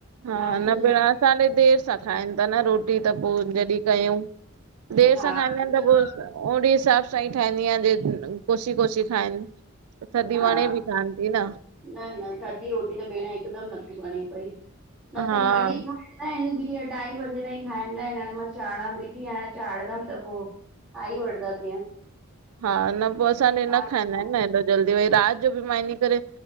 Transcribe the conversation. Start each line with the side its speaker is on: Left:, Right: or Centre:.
Right: हा
Centre: नाश्तो
Right: न
Centre: जहिड़ो
Right: भेण असां ॾे देरि सां खाइनि ता न रोटी, त पो जॾी कयऊ। देरि
Centre: हा
Right: सां खाईंदा आहिनि
Centre: न
Right: त पो ओड़े हिसाब सां ई ठाहींदी आहियां, जे कोसी कोसी खाइनि। त थदी
Centre: हा
Right: वणे बि कानि ती न।
Centre: न न थदी रोटी त भेण हिकुदमि नथी वणे पई, न
Right: हा।
Centre: त मानी खा असां ॿी अढाई बजे ताईं खाईंदा आहिनि हाणे मां चढ़ा बीठी आहियां चाढ़ंदमि त पो खाई वठदा तीए।
Right: हा न पो असां ॾे
Centre: हा
Right: न खाईंदा आहिनि न हेॾो जल्दी, वरी राति जो बि मां इने करे